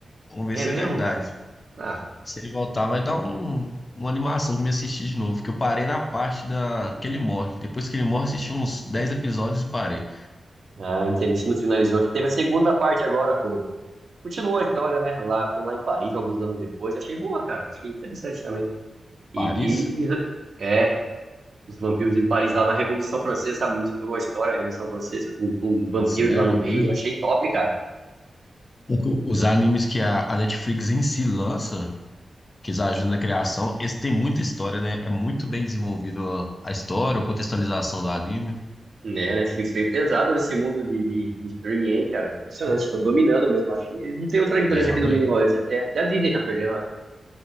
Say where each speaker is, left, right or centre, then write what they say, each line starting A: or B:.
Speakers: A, on the left; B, on the right.
A: Vamos ver
B: É
A: se
B: mesmo,
A: é verdade.
B: cara? Ah,
A: Se ele voltar, vai dar um, uma animação pra me assistir de novo. Que eu parei na parte da, que ele morre. Depois que ele morre, assisti uns dez episódios e parei.
B: ah, entendi. Isso não finalizou. Aqui teve a segunda parte agora, com... Continuou a história, né? Lá, foi lá em Paris alguns anos depois. Achei boa, cara. Achei interessante também. E,
A: Paris?
B: e- é, os vampiros em Paris lá na Revolução Francesa, sabe? Misturou a história da Revolução Francesa com, com vampiros
A: Sério,
B: lá no
A: agora.
B: meio.
A: eu-
B: Achei top, cara.
A: o que- Os animes que a a Netflix em si lança. que já ajuda na criação. Esse tem muita história, né? É muito bem desenvolvido a história, a contextualização do anime.
B: Né, a Netflix veio pesado nesse mundo de, de, de streaming aí, cara. Impressionante, estão dominando mesmo. Acho que não tem outra empresa
A: É, realmente.
B: que domine igual eles. Até, até a Disney tá perdendo, acho.